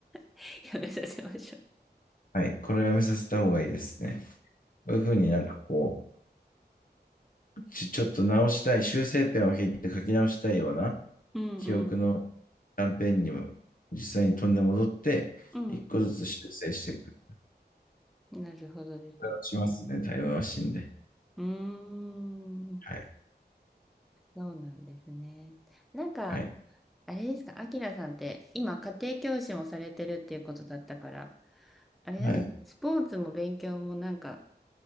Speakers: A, in the centre; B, on the left.
A: <laughs> やめさせましょ
B: はい、これはやめさせた方がいいですね。こういうふうになんかこう、ち、ちょっと直したい、修正ペンを引いて書き直したいような
A: ううん、
B: 記憶の
A: うん、
B: 断片にも実際に飛んで戻って、
A: うん。
B: 一個ずつ修正していく。
A: なるほどですね。
B: これをしますね、タイムマシンで。
A: うーん、
B: はい、
A: そうなんですね。なんか、
B: はい、
A: あれですか、アキラさんって今家庭教師もされてるっていうことだったから、あれなんです、
B: はい、
A: スポーツも勉強もなんか